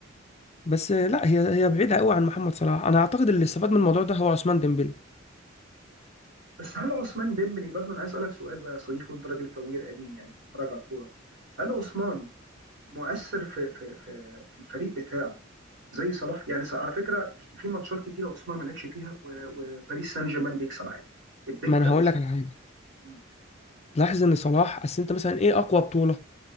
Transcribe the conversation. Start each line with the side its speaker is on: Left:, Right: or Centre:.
Left: بس لا هي هي بعيده قوي عن محمد صلاح انا اعتقد اللي استفاد من الموضوع ده هو عثمان ديمبلي
Right: بس هل عثمان ديمبلي برضه انا عايز اسالك سؤال بقى يا صديقي وانت راجل كوير قديم يعني بتتفرج على الكوره هل عثمان مؤثر في في في في الفريق بتاعه زي صلاح يعني ص- على فكره كت- في ماتشات كتيره عثمان ما لعبش فيها و- وباريس سان جيرمان بيكسب عادي الدكه
Left: ما انا
Right: مش
Left: هقول لك على حاجه
Right: م.
Left: تلاحظ ان صلاح اصل انت مثلا ايه اقوى بطوله